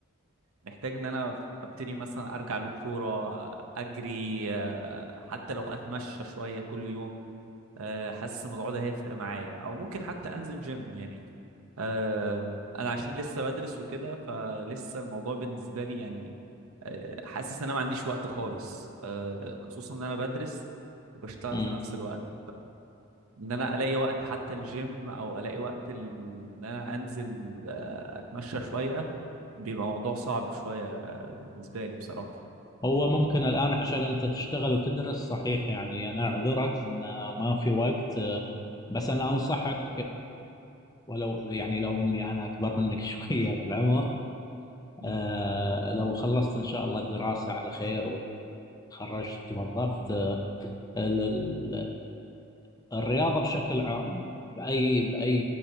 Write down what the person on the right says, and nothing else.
محتاج إن أنا أبتدي مثلا أرجع للكورة أجري آه حتى لو أتمشى شوية كل يوم آه حاسس الموضوع ده هيفرق معايا أو ممكن حتى أنزل جيم يعني آه أنا عشان لسه بدرس وكده فلسه الموضوع بالنسبة لي يعني آه حاسس إن أنا ما عنديش وقت خالص آه خصوصا إن أنا بدرس وبشتغل
في نفس الوقت ان انا الاقي وقت حتى الجيم او الاقي وقت ال- ان انا انزل آه، اتمشى شويه بيبقى موضوع صعب شويه بالنسبه لي بصراحه
مم.